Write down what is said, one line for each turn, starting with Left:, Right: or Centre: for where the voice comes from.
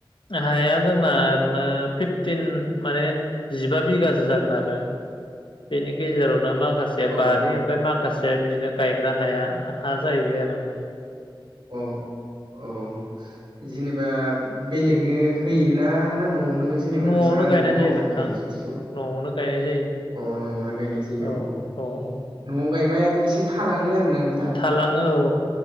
Left: हाया जोंना ओरैनो फिफटिन माने जिबा बिगासो जागोन आरो। बेनि गेजेरावनो माखासे
Right: औ
Left: बारि ओमफ्राय माखासेया बिदिनो गायग्रा हाया हा जाहैबाय आरो माने।
Right: औ औ जेनेबा बेलेगनो होयोना ना न'आवनो जेनेबा
Left: न'आवनो
Right: नोंस्रा ओरैनो
Left: गायनाय जायो
Right: मावजोबखायो
Left: नोंथां
Right: खेथिखौ?
Left: न'आवनो गायनाय जायो।
Right: अ न'आवनो गायनाय जायो
Left: औ अ औ
Right: न'आव गायबा एसे थालाङो आरोना नों
Left: थालाङो औ।